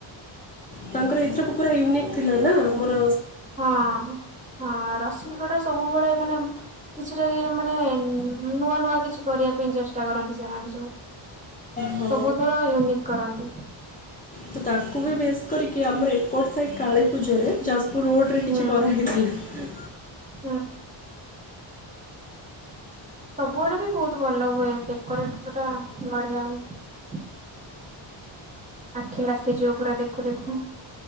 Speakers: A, on the left; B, on the right.
A: ତାଙ୍କର ଭିତ୍ରକୁ ପୁରା ୟୁନିକ୍ ଥିଲା ନା ମୋର
B: ହଁ ହଁ ରସୁଲୁଗଡ। ସବୁବେଳେ ମାନେ କିଛିଟା କି ମାନେ ନୂଆ ନୂଆ କିଛି କରିବା ପାଇଁ ଚେଷ୍ଟା କରନ୍ତି ସେମାନେ ସବୁ।
A: ହଁ
B: ସବୁଥର ୟୁନିକ୍। କରନ୍ତି।
A: ତ ତାକୁ ବି ବେଶ୍ କରିକି ଆମର ଏପଟ ସାଇ କାଳୀ ପୂଜାରେ ଯାଜ ରୋଡ୍ ରେ
B: ହୁଁ
A: କିଛି କରାହେଇଥିଲା।
B: ହୁଁ। ସବୁଆଡେ ବି ବହୁତ ଭଲ ହୁଏ। ଡେକୋରେଟ୍ ପୁରା ବଢିଆ ହୁଏ। ଆଖି ଲାଖି ଯିବ ପୁରା ଦେଖୁ ଦେଖୁ।